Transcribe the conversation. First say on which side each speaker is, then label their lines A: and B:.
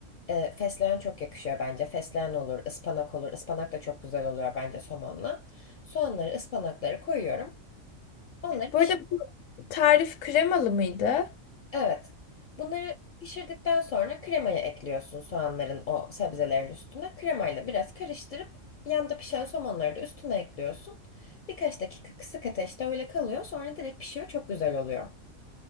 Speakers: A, on the left; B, on the left.
A: Ee, fesleğen çok yakışıyor bence. Fesleğen olur, ıspanak olur. Ispanak da çok güzel oluyor bence somonla. Soğanları, ıspanakları koyuyorum. Onları pişir.
B: Bu arada bu tarif kremalı mıydı?
A: Evet. Bunları pişirdikten sonra kremayı ekliyorsun soğanların o sebzelerin üstüne. Kremayla biraz karıştırıp yanda pişen somonları da üstüne ekliyorsun. Birkaç dakika kısık ateşte öyle kalıyor. Sonra direkt pişiyor. Çok güzel oluyor.